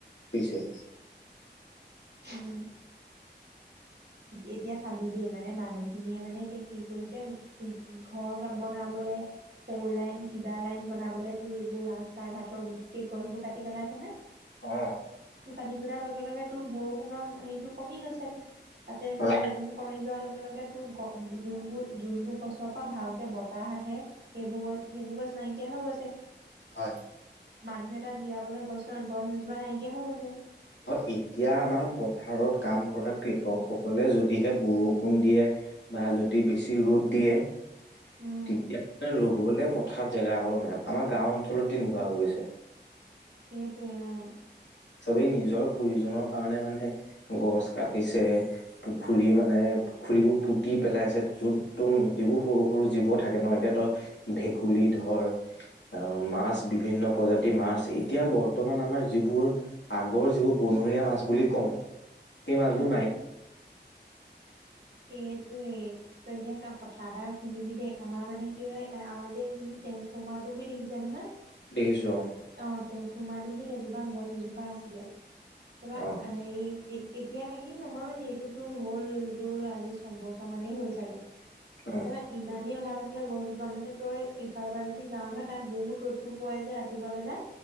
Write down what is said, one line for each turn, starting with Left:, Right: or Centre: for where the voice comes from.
Left: পিছে।
Right: উম এতিয়া চাবি দেই মানে মানুহখিনিয়ে মানে এতিয়া কি কৰিছে- ঘৰ বনাবলে- ফৰ লাইন কিবা লাইন বনাবলে তোৰ এইবোৰ ৰাস্তা ঘাটৰ গোটেই গছবোৰ কাটি পেলাইছেনে?
Left: অঁ'
Right: তোৰ কাতি পেলাই লগে-লগে তোৰ বৰষুণৰ হেৰিটো কমি গৈছে। তাতেটো
Left: হয়,
Right: বৰষুণটো কমি যোৱাৰ লগে লগে- তোৰ গ যোনবোৰ-যোনবোৰ গছৰ পৰা ভালকে বতাহ আহে- সেইবোৰ গছ সেইবোৰ গছ নাইকিয়া হৈ গৈছে।
Left: হয়।
Right: মানুহ এটা জিৰাবলৈ গছৰ গছ এজোপা নাইকিয়া হৈ গৈছে।
Left: অ এতিয়া আমাৰ পথাৰত কাম কৰা কৃষক সকলে যদিহে বৰষুণ দিয়ে- বা যদি বেছি ৰ'দ দিয়ে- <unintelligible>
Right: উম
Left: ৰুবলে পথাৰত জেগা অকো নাই আমাৰ গাঁও অঞ্চলত তেতিনেকুৱা হৈ গৈছে।
Right: সেইটোৱে অ।
Left: চবেই নিজৰ প্ৰয়োজনৰ কাৰণে মানে গছ কাটিছে পুখুৰী মানে পুখুৰীবোৰ পুতি পেলাইছে, য'ত তোৰ যিবোৰ সৰু সৰু জীৱ থাকে ন' এতিয়া তই ভেকুলী ধৰ অ' মাছ বিভিন্ন প্ৰজাতিৰ মাছ, এতিয়া বৰ্তমান আমাৰ যিবোৰ আগৰ যিবোৰ বনৰীয়া মাছ বুলি কওঁ, সেই মাছবোৰ
Right: উম
Left: নাই
Right: সেইটোৱে তই এতিয়া চা কথা এটা শুনিবি দেই, আমাৰ মানে কি হয় আমাৰ যে এইখিনি তেনচ ফোমাৰ তো দেখিছো নহয়?
Left: দেখিছো অ।
Right: অ তেট্ৰেজপুমাৰ দুবিত এজোপা গছ এজোপা আছিলে তাৰপৰা
Left: অ
Right: হেই এ-এতিয়া কাহিনী নহয় মানে এইটোতো হ'ল তোৰ আজি ছবছৰ মানেই হ'ল চাগে,
Left: অ
Right: তাৰপা ইমানেই ভাল আছিলে গছজোপা মানে তই এইফালৰ পৰা যদি যাও নহয় তাত বহুত ৰ'দটো পোৱা যায় ৰাতি পুৱা বেলা